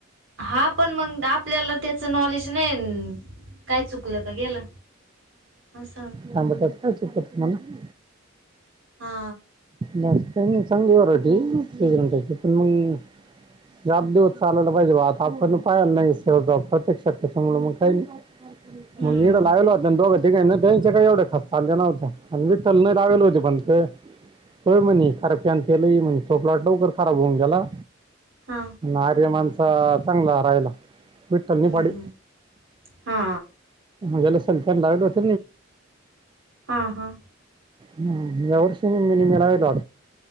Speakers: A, on the right; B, on the right.
A: हा पण मंग, आपल्याला त्याच नॉलेज नाही काय चुक. गेला का गेला अस.
B: काबत असं असं करत म्ह ना. <unintelligible>
A: हा.
B: मस्त चांगली वरायटी <unintelligible> पण मग. या <unintelligible> चालला पाहिजे बघ आज. आपण पाईला नाही स प्रत्यक्षच्या मग कायली
A: हम्म
B: मग <unintelligible> लागला होता आणि दोघं तेिकही ना त्यांच्या काय एवढ्या खास चालल्या नवत्या आणि विठ्ठल नाही लागल होते पण ते. हो म्हणे, अरे त्यांच त़ो प्लॉट लवकर खराब होऊन गेला.
A: हा
B: आर्य माणसा चांगला राहायला. विठल
A: हम्म
B: नि पाडी
A: हम्म हा
B: जला सल त्यां लागल हो. <unintelligible>
A: हा हा
B: हम्म या वर्ष. <unintelligible> म मिळावेलो